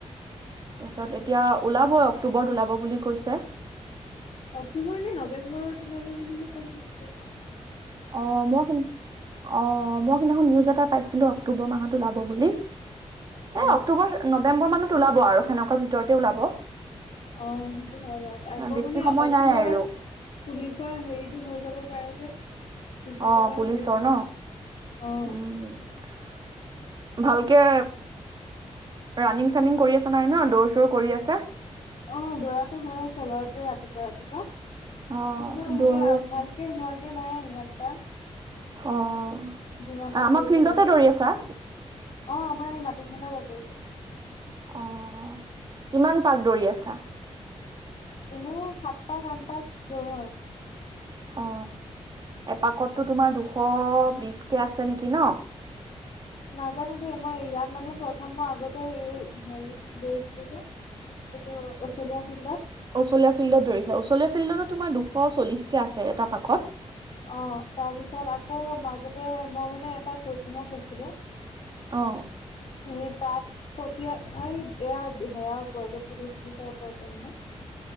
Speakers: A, on the right (about 40°); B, on the left (about 60°).
A: পিছত
B: তাকে
A: এতিয়া ওলাবই অক্টোবৰত ওলাব বুলি কৈছে।
B: অক্টোবৰ নে নৱেম্বৰত ওলাব বুলিহে কোৱা শুনিছো বা।
A: অ মই কিন্- অ মই সিদিনাখন নিউজ এটা পাইছিলো অক্টোবৰ মাহত ওলাব বুলি।
B: অ
A: এ অক্টোবৰ নৱেম্বৰ মানত ওলাব আৰু সেনেকুৱা ভিতৰতে ওলাব।
B: অ সেইটো হয় বাৰু আকৌ
A: বেছি
B: মানে
A: সময়
B: অক্টোবৰত
A: নাই আৰু
B: পুলিচৰ হেৰীটো হৈ যাব পাৰে যে। ফিজিকেলৰ
A: অ পুলিছৰ
B: হেৰি হ'ব
A: ন।
B: পাৰে। অ
A: উম ভালকে ৰানিং চানিং কৰি আছে নাই ন দৌৰ চৌৰ কৰি আছা।
B: অ দৌৰাতো হৈ আছে বাৰুতে ৰাতিপুৱা ৰাতিপুৱা কিন্তু
A: অ
B: সেইয়া
A: দৌৰ
B: ভাল- কে হোৱাগে নাই ইমান। এটা
A: অ আমাৰ
B: যিমানটো কৰিব
A: ফিল্ডতে
B: লাগে।
A: দৌৰি আছা।
B: অ আমাৰ এই মাটি খন্দা বাকৰিতে।
A: অ কিমান পাক দৰি আছা।
B: এনেই সাত পাক আন পাক দৰো আৰু।
A: অ এপাকতো তোমাৰ দুশ বিশ কে আছে নেকি ন?
B: নাজানো দেই মই ইয়াত মানে প্ৰথম মই আগতে এই হেৰিত দৰিছিলো যে। এইটো অচলীয়া ফিল্ডত।
A: অচলীয়া ফিল্ডত ধৰিছে ওচলীয়া ফিল্ডতো তোমাৰ দুশ চল্লিশ কে আছে এটা পাকত।
B: অ তাৰপিছত আকৌ মাজতে মই মানে এটা কৌচিঙত লৈছিলোঁ।
A: অহ।
B: সি তাত পতিয়া এইট এয়া সেয়াৰ ওপৰতে পুলিচ চুলিচৰ ওপৰতে মানে।